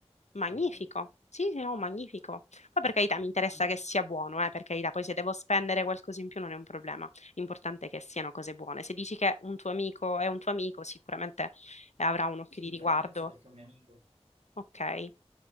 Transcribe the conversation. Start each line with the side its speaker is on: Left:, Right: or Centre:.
Left: Magnifico.
Right: se vuoi.
Left: Sì, sì, no, magnifico. Poi per carità mi interessa
Right: Così
Left: che sia buono, eh, per carità, poi se devo spendere qualcosa in più non è un problema. L'importante è che siano cose buone. Se dici che un tuo amico è un tuo amico, sicuramente eh, avrà un occhio
Right: si
Left: di
Right: infla
Left: riguardo.
Right: il prezzo perché è un mio amico.
Left: Ok.